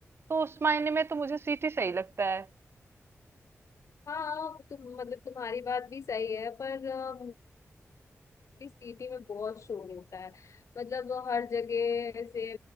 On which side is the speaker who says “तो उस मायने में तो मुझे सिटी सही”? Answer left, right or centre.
Right